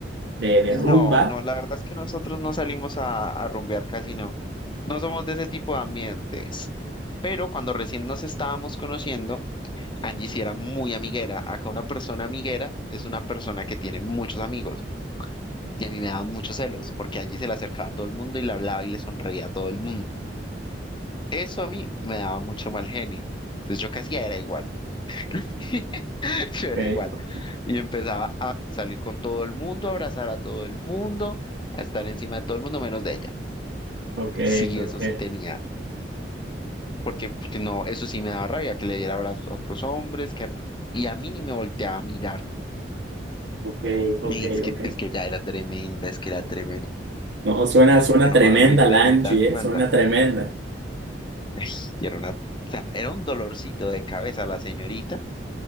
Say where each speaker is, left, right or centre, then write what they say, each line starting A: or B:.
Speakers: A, on the right; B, on the left.
A: de, de
B: No,
A: rumba.
B: no, la verdad es que nosotros no salimos a, a rumbear casi no. No somos de ese tipo de ambientes. Pero cuando recién nos estábamos conociendo, Angie sí era muy amiguera. Acá una persona amiguera es una persona que tiene muchos amigos. Y a mí me daban muchos celos porque Angie se le acercaba a todo el mundo y le hablaba y le sonreía a todo el mundo. Eso a mí me daba mucho mal genio. Entonces yo casi era igual. <laughs>
A: Ok,
B: Yo era igual. Y empezaba a salir con todo el mundo, a abrazar a todo el mundo, a estar encima de todo el mundo menos de ella.
A: ok,
B: Sí,
A: ok,
B: eso sí tenía. porque, porque no, eso sí me daba rabia, que le diera abrazos a otros hombres, que, y a mí ni me volteaba a mirar.
A: ok, ok,
B: Y es que,
A: ok.
B: es que ya era tremenda, es que era tremenda.
A: No, suena,
B: Vos,
A: suena
B: porque no
A: tremenda
B: conociste
A: la
B: a Angie
A: Angie,
B: Tan ni Manda.
A: ¿eh? Suena tremenda.
B: <laughs> Ay, Y era una, o sea, era un dolorcito de cabeza la señorita,